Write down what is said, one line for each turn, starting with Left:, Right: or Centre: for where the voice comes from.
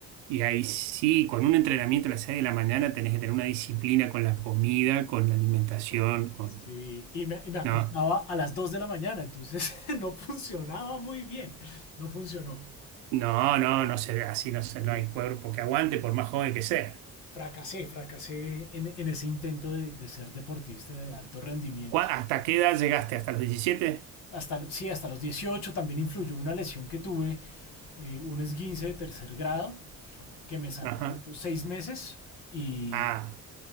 Right: Y ahí sí, con un entrenamiento a las 6 de la mañana tenés que tener una disciplina con la comida, con la alimentación, con...
Left: Sí, y me, y me acostaba
Right: No,
Left: a las 2 de la mañana, entonces <laughs> no funcionaba muy bien, no funcionó.
Right: no, no, no se ve así, no se,
Left: Y
Right: no hay
Left: fra-
Right: cuerpo que aguante por más joven que sea.
Left: fracasé, fracasé en, en ese intento de, de ser deportista de alto rendimiento.
Right: ¿Cuá- ¿Hasta qué edad llegaste? ¿Hasta los diecisiete.
Left: Hasta, sí, hasta los 18 también influyó una lesión que tuve, eh, un esguince de tercer grado, que me sacó
Right: Ajá.
Left: seis meses y,
Right: Ah,